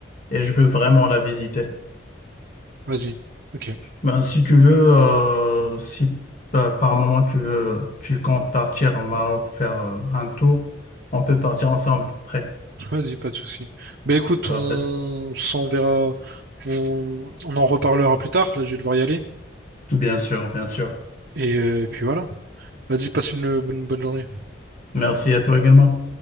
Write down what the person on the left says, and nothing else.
et je veux vraiment la visiter.
Ben, si tu veux, euh, si euh, par moment tu veux, tu comptes partir au Maroc faire euh, un tour, on peut partir ensemble après.
Parfait.
Bien sûr, bien sûr.
Merci à toi également.